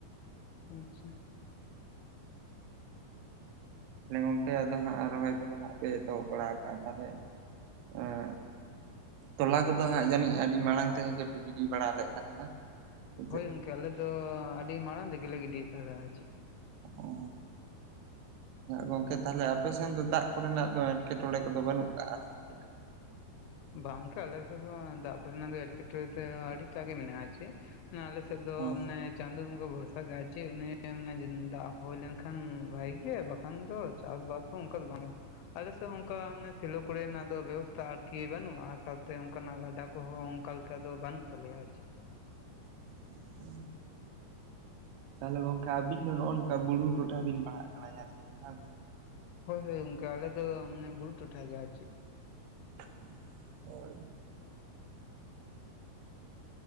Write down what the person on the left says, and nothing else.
ᱟᱪᱪᱷᱟ,
ᱦᱳᱭ
ᱜᱚᱢᱠᱮ ᱟᱞᱮ ᱫᱚ ᱟᱹᱰᱤ ᱢᱟᱲᱟᱝ ᱨᱮᱜᱮᱞᱮ ᱜᱤᱰᱤ ᱟᱠᱟᱫᱟ ᱟᱨ ᱪᱮᱫ ᱾
ᱵᱟᱝ ᱜᱚᱢᱠᱮ ᱟᱞᱮ ᱥᱮᱫ ᱦᱚᱸ ᱫᱟᱜ ᱠᱚᱨᱮᱱᱟᱜ ᱫᱚ ᱮᱴᱠᱮᱴᱚᱬᱮ ᱛᱮ ᱟᱹᱰᱤᱴᱟᱜ ᱜᱮ ᱢᱮᱱᱟᱜᱼᱟ ᱪᱮᱫ ᱾ ᱟᱞᱮ ᱥᱮᱫ ᱫᱚ
ᱢᱟᱱᱮᱼᱼ ᱪᱟᱸᱫᱚ ᱵᱚᱸᱜᱟ ᱵᱷᱚᱨᱥᱟ ᱜᱮ ᱪᱮᱫ ᱩᱱᱤᱭ ᱢᱮᱱᱟ ᱫᱟᱜ ᱦᱩᱭ ᱞᱮᱱᱠᱷᱟᱱ ᱵᱷᱟᱜᱤ ᱜᱮ ᱵᱟᱠᱷᱟᱱ ᱫᱚ ᱪᱟᱥ ᱵᱟᱥᱼᱼ ᱚᱝᱠᱟ ᱫᱚ ᱵᱟᱱᱩᱜ-ᱟ᱾ ᱟᱞᱮ ᱥᱮᱫ ᱦᱚᱸ ᱚᱱᱠᱟ ᱥᱮᱞᱳ ᱠᱚᱨᱮᱱᱟᱜ ᱫᱚ ᱵᱮᱵᱚᱥᱛᱷᱟ ᱟᱨᱠᱤ ᱵᱟᱹᱱᱩᱜᱼᱟ ᱥᱟᱶᱛᱮ ᱚᱱᱠᱟᱱᱟᱜ ᱜᱟᱰᱟᱼᱼ ᱠᱚᱦᱚᱸ ᱚᱱᱠᱟ ᱞᱮᱠᱟ ᱫᱚ ᱵᱟᱹᱱᱩᱜ ᱛᱟᱞᱮᱭᱟ ᱾
ᱦᱳᱭ ᱦᱳᱭ ᱜᱚᱢᱠᱮ ᱟᱞᱮ ᱫᱚ ᱢᱟᱱᱮ ᱵᱩᱨᱩ ᱴᱚᱴᱷᱟ ᱜᱮ ᱟᱨ ᱪᱮᱫ ᱾